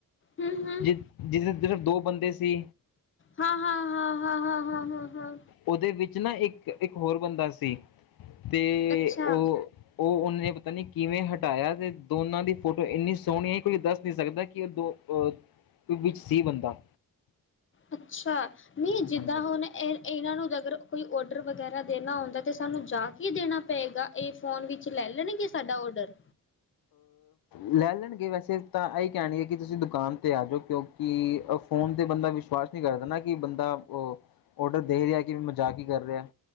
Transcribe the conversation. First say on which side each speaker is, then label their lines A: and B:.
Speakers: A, on the left (about 35°); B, on the left (about 75°).
A: ਹਮ ਹਮ
B: ਜਿਸ, ਜਿਸਦੇ ਸਿਰਫ਼ ਦੋ ਬੰਦੇ ਸੀ
A: ਹਾਂ, ਹਾਂ, ਹਾਂ, ਹਾਂ, ਹਾਂ, ਹਾਂ, ਹਾਂ।
B: ਉਹਦੇ ਵਿੱਚ ਨਾ ਇੱਕ-ਇੱਕ ਹੋਰ ਬੰਦਾ ਸੀ, ਤੇ
A: ਅੱਛਾ
B: ਉਹ। ਉਹ ਉਹਨੇ ਪਤਾ ਨੀ ਕਿਵੇਂ ਹਟਾਇਆ ਤੇ, ਦੋਨਾਂ ਦੀ ਫੋਟੋ ਇੰਨੀ ਸੋਣੀ ਏ ਕੋਈ ਦੱਸ ਨਹੀਂ ਸਕਦਾ ਕਿ, ਉਹ ਦੋ ਕੋਈ ਵਿੱਚ ਸੀ, ਬੰਦਾ
A: ਅੱਛਾ, ਨੀਂ ਜਿੱਦਾਂ
B: ਹਾਂਜੀ।
A: ਹੁਣ ਇਹ, ਇਹਨਾਂ ਨੂੰ ਜ ਅਗਰ ਕੋਈ ਔਡਰ ਵਗੈਰਾ ਦੇਨਾ ਆਉਂਦਾ, ਤੇ ਸਾਨੂੰ ਜਾ ਕੇ ਈ ਦੇਨਾ ਪਏਗਾ? ਇਹ ਫੋਨ ਵਿੱਚ ਲੈ ਲੈਣਗੇ ਸਾਡਾ ਔਡਰ?
B: ਲੈ ਲੈਣਗੇ ਵੈਸੇ ਤਾਂ ਇਹੀ ਕਹਿਣ ਹੈ ਕਿ, ਤੁਸੀਂ ਦੁਕਾਨ ਤੇ ਆਜੋ ਕਿਉਂਕਿ ਫੋਨ ਤੇ ਬੰਦਾ ਵਿਸ਼ਵਾਸ ਨਹੀਂ ਕਰਦਾ ਨਾ ਕਿ, ਬੰਦਾ ਔਡਰ ਦੇ ਰਿਹਾ ਕਿ, ਮਜਾਕ ਈ ਕਰ ਰਿਆ।